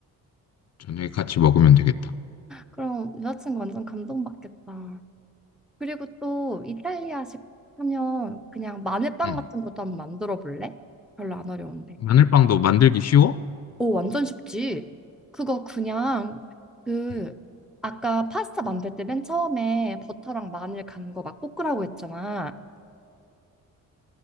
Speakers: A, on the left (about 45°); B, in the centre.
A: 저녁에 같이 먹으면 되겠다.
B: 그럼 여자친구 완전 감동받겠다. 그리고 또 이탈리아식 하면 그냥 마늘빵
A: 음,
B: 같은 것도 한번 만들어 볼래? 별로 안 어려운데.
A: 마늘빵도 만들기 쉬워?
B: 오, 완전 쉽지. 그거 그냥 그
A: 음,
B: 아까 파스타 만들 때 맨 처음에 버터랑 마늘 간 거 막 볶으라고 했잖아.